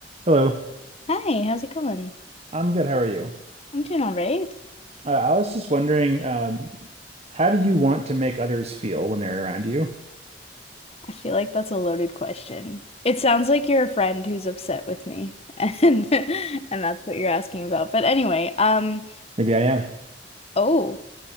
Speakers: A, on the right; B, on the left.
A: Hello,
B: Hi, how's it going?
A: I'm good. How are you?
B: I'm doing all right.
A: Uh, I was just wondering, um, how do you want to make others feel when they're around you?
B: I feel like that's a loaded question. It sounds like you're a friend who's upset with me, and <laughs> and that's what you're asking about. But anyway, um,
A: Maybe I am.
B: oh,